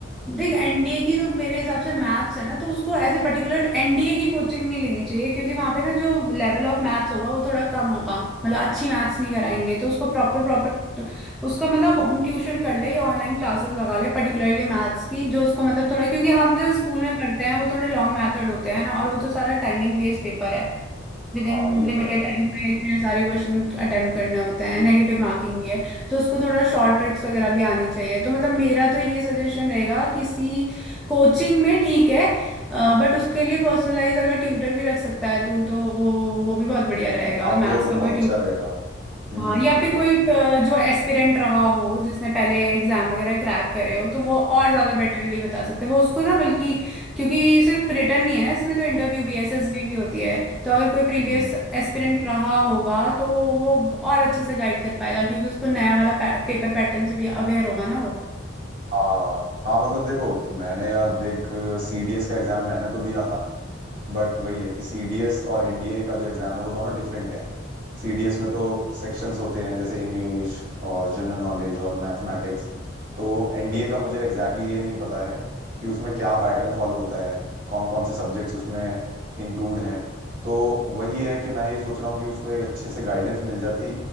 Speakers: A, in the centre; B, on the right (about 45°).
A: देख एनडीए की तो मेरे हिसाब से मैथ्स है ना तो उसको ऐसे पर्टिकुलर एनडीए की कोचिंग नहीं लेनी चाहिए क्योंकि वहां पे ना जो लेवल ऑफ मैथ्स होगा वो थोड़ा कम होगा मतलब अच्छी मैथ्स नहीं कराएंगे तो उसको प्रॉपर प्रॉपर उसका मतलब होम ट्यूशन कर ले या ऑनलाइन क्लासेस लगा ले पर्टिकुलरली मैथ्स की जो उसको मतलब थोड़ा क्योंकि
B: हाँ
A: हम जो स्कूल में पढ़ते हैं वो थोड़े लॉन्ग मैथड होते हैं ना और वो तो सारा टाइमिंग बेस्ड पेपर है विद इन
B: हाँ, ये
A: लिमिटेड
B: तो है
A: टाइम में इतने सारे क्वेश्चन अटेम्प्ट करने होते हैं नेगेटिव मार्किंग भी है तो उसको थोड़ा शॉर्ट ट्रिक्स वगैरह भी आनी चाहिए तो मतलब मेरा तो ये सजेशन रहेगा किसी कोचिंग में ठीक है बट उसके लिए
B: हम्म।
A: पर्सनलाइज अगर ट्यूटर भी रख सकता है तू तो वो भी बहुत बढ़िया रहेगा
B: हाँ वो
A: मैथ्स
B: तो
A: का
B: बहुत
A: कोई
B: अच्छा रहेगा हम्म
A: हाँ
B: हम्म
A: या फिर कोई अ, जो एस्पिरेंट रहा हो जिसने पहले एग्जाम वगैरह क्रैक करे हो तो वो और ज्यादा बेटरली बता सकते हैं वो उसको ना बल्कि क्योंकि सिर्फ रिटर्न नहीं है ना इसमें तो इंटरव्यू भी एसएसबी भी होती है तो अगर कोई प्रीवियस
B: हम्म हम्म।
A: एस्पिरेंट रहा होगा तो वो और अच्छे से गाइड कर पाएगा क्योंकि उसको नया वाला पेपर पैटर्न से भी अवेयर होगा ना वो
B: हाँ हाँ मतलब देखो मैंने यार देख सीडीएस का एग्जाम मैंने तो दिया था बट वही है कि सीडीएस और एनडीए का जो एग्ज़ाम है वो दोनों डिफरेंट हैं सीडीएस में तो सेक्शंस होते हैं जैसे इंग्लिश और जनरल नॉलेज और मैथमेटिक्स तो एनडीए का मुझे एग्जैक्टली exactly ये नहीं पता है कि उसमें क्या पैटर्न फॉलो होता है कौन कौन से सब्जेक्ट्स उसमें इंक्लूड हैं तो वही है कि मैं ये सोच रहा हूँ कि उसको एक अच्छे से गाइडेंस मिल जाती